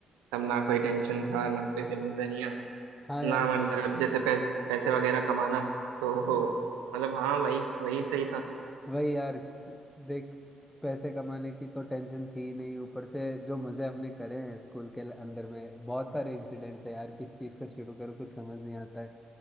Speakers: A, on the right (about 85°); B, on the left (about 15°).
A: तब ना कोई टेंशन था ना कोई जिम्मेदारियाँ
B: हाँ यार
A: ना मतलब जैसे पैस, पैसे वगैरह कमाना तो हो, मतलब हाँ वही वही सही था
B: वही यार देख पैसे कमाने की तो टेंशन थी ही नहीं ऊपर से जो मजे हमने करे हैं स्कूल के अंदर में बहुत सारे इंसिडेंट्स है यार किस चीज से शुरू करूँ कुछ समझ नहीं आता है